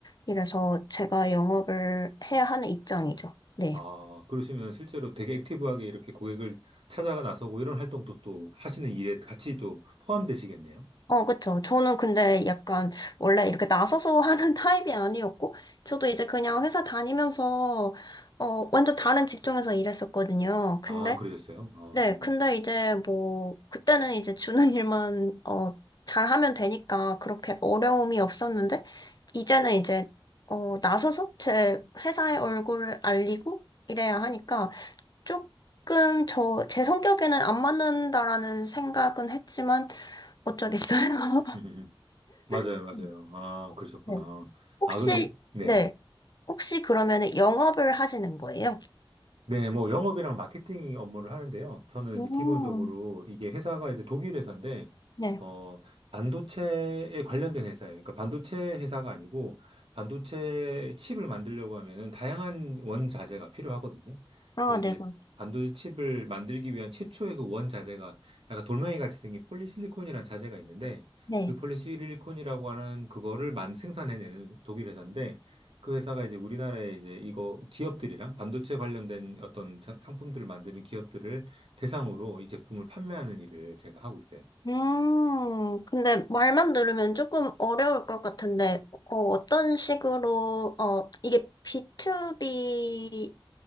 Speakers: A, on the left; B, on the right.
A: 이래서 제가 영업을 해야 하는 입장이죠. 네.
B: 아, 그러시면 실제로 되게 액티브하게 이렇게 고객을 찾아가 나서고 이런 활동도 또 하시는 일에 같이 또 포함되시겠네요.
A: 어, 그쵸. 저는 근데 약간 원래 이렇게 나서서 하는 <laughs> 타입이 아니었고, 저도 이제 그냥 회사 다니면서, 어, 완전 다른 직종에서 일했었거든요. 근데
B: 아, 그러셨어요? 아,
A: 네, 근데 이제 뭐, 그때는 이제 주는 <laughs> 일만, 어, 잘하면 되니까 그렇게 어려움이 없었는데, 이제는 이제, 어, 나서서 제 회사의 얼굴을 알리고 이래야 하니까, 조금 저, 제 성격에는 안 맞는다라는 생각은 했지만, 어쩌겠어요.
B: <laughs> 맞아요,
A: <laughs>
B: 맞아요. 아, 그러셨구나.
A: 네. 혹시,
B: 아, 그래도, 네.
A: 네. 혹시 그러면 영업을 하시는 거예요?
B: 네, 뭐 영업이랑 마케팅 업무를 하는데요. 저는
A: 음,
B: 이제 기본적으로 이게 회사가 이제 독일 회사인데
A: 네.
B: 어 반도체에 관련된 회사예요. 그러니까 반도체 회사가 아니고 반도체 칩을 만들려고 하면은 다양한 원자재가 필요하거든요.
A: 아,
B: 그래서
A: 네,
B: 이제
A: 그럼.
B: 반도체 칩을 만들기 위한 최초의 그 원자재가 약간 돌멩이 같이 생긴 폴리실리콘이라는 자재가 있는데
A: 네.
B: 그 폴리실리콘이라고 하는 그거를 만 생산해내는 독일 회사인데 그 회사가 이제 우리나라에 이제 이거 기업들이랑 반도체 관련된 어떤 자- 상품들을 만드는 기업들을 대상으로 이 제품을 판매하는 일을 제가 하고 있어요.
A: 음, 근데 말만 들으면 조금 어려울 것 같은데, 어, 어떤 식으로, 어, 이게 B2B